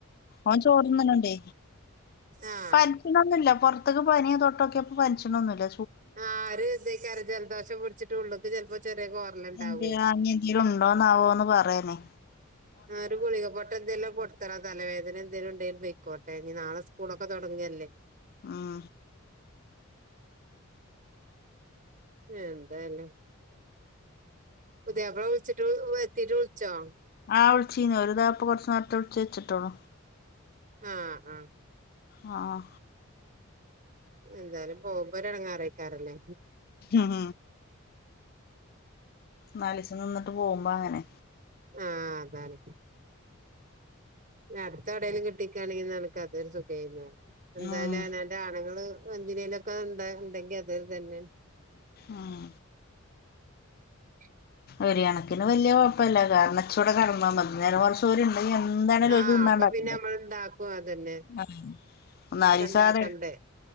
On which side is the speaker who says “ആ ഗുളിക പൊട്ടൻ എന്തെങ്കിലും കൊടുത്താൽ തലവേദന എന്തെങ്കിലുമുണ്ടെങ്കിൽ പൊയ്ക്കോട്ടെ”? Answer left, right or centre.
Right